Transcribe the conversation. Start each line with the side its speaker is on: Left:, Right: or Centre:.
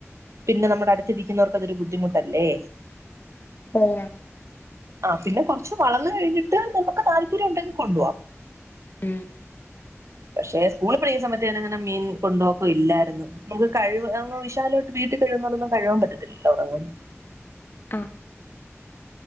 Right: പിന്നെ നമ്മുടെ അടുത്തിരിക്കുന്നവർക്ക് അതൊരു ബുദ്ധിമുട്ടല്ലേ
Left: പിന്നെ
Right: ആ പിന്നെ കുറച്ച് വളന്നു കഴിഞ്ഞിട്ട് നമുക്ക് താല്പര്യം ഉണ്ടെങ്കിൽ കൊണ്ടു പോോവാം
Left: ഉം
Right: പക്ഷെ സ്കൂളിൽ പഠിക്കുന്ന സമയത്ത് ഞാാനങ്ങനെ മീൻ കൊണ്ടുപോക്ക ഇല്ലായിരുന്നു നമുക്ക് കഴിവ അങ് വിശാലോട്ട് വീട്ട കഴിവുന്ന പോലൊന്നും കഴവാൻ പറ്റത്തില്ലല്ലോടങ്ങും
Left: ആ